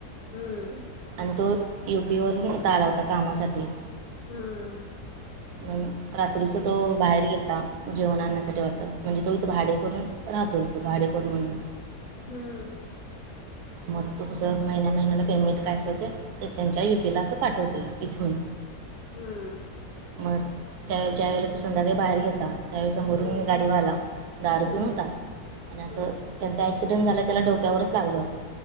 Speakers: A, on the left; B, on the right.
A: हम्म.
B: आणि तो यू पी वरून इथ आला होता कामासाठी.
A: हम्म.
B: म रात्रीच तो बाहेर गेलता. जेवण आणण्यासाठी वाटतं म्हणजे तो इथं भाडे करू -- राहतोय तो भाडेकरू म्हणुन.
A: हम्म.
B: मग तो कसं महिन्या महिन्याला पेमेंट काय असलं ते तर त्यांच्या युपी ला असं पाठवतोय इथून.
A: हम्म.
B: मग त्या वेळ ज्यावेळेला तो संध्याकाळी बाहेर गेलता -- त्यावेळी समोरून
A: हम्म
B: गाडीवाला दार
A: हम्म
B: पिऊन हुता. आणि असं
A: हम्म
B: त्यांचा ॲक्सिडेंट झाला त्याला डोक्यावरच लागलं.